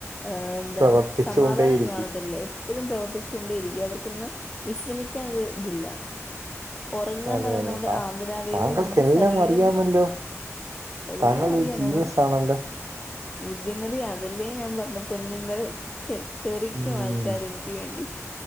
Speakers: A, on the left (about 25°); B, on the right (about 80°).
A: ഏഹ് എന്താ
B: പ്രവർത്തിച്ചുകൊണ്ടേയിരിക്കും
A: സമാധാനം കാണത്തില്ല എപ്പഴും പ്രവർത്തിച്ചോണ്ടിരിക്കും അവർ ഒന്ന് വിശ്രമിക്കാനൊര് തില്ല ഒറങ്ങാന്ന്
B: അതെ
A: പറി <unintelligible>
B: അതെ
A: നമ്മടെ
B: താ
A: ആന്തരാവയവും
B: താങ്കൾക്കെല്ലാം
A: നമ്മടെ ശരീരം
B: അറിയാമല്ലോ
A: എല്ലാ
B: താങ്കൾ
A: റിയാ
B: ഒരു ജീനിയസ്
A: നമ്മള്
B: ആണല്ലോ
A: ബുദ്ധിമതി അതല്ലേ ഞാൻ പറണെ പൊന്നുമ <unintelligible> ക്യെ തെറിക്കും
B: ഉം
A: ആൾക്കാര് എനിക്ക് വേണ്ടി